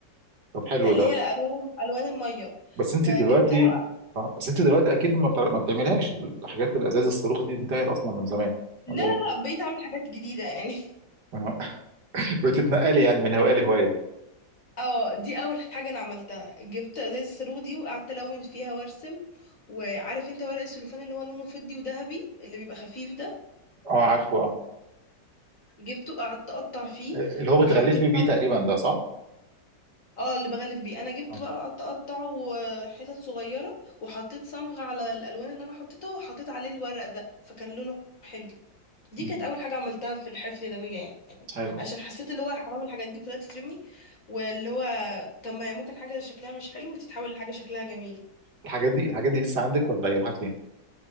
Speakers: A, on the right; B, on the left.
A: طب حلو
B: اللي
A: ده
B: هي الالوان الوان الميه
A: بس انت
B: ب-
A: دلوقتي
B: جبتها
A: اه بس انت دلوقتي اكيد ما بتع- ما بتعملهاش الحاجات الازاز الصاروخ دي انتهت اصلا من زمان
B: لا
A: ولا
B: لا
A: ايه؟
B: لا بقيت اعمل حاجات جديده يعني <laughs>
A: آه. <laughs> بتتنقلي يعني
B: دي
A: من هوايه
B: اول
A: لهوايه
B: اه دي اول حاجه انا عملتها جبت ازاز الصاروخ دي وقعدت الون فيها وارسم وعارف انت ورق السلوفان اللي هو لونه فضي وذهبي اللي بيبقى خفيف ده
A: اه عارفه اه
B: جبته قعدت اقطع فيه
A: اللي هو بتغلفي
B: وحطيت
A: بيه تقريبا ده صح؟
B: اه اللي بغلف بيه انا جبت
A: اه
B: بقى قط- اقطعه آه، حتت صغيره وحطيت صمغ على الالوان اللي انا حطيتها وحطيت عليه الورق ده فكان لونه حلو دي
A: مم.
B: كانت اول حاجه عملتها في الحفله اليدويه يعني
A: حلو
B: عشان حسيت اللي هو حرام الحاجات دي كلها تترمي واللي هو طب ما هي ممكن حاجه شكلها مش حلو وتتحول لحاجه شكلها جميل
A: الحاجات دي الحاجات دي لسه عندك ولا ايه راحت فين؟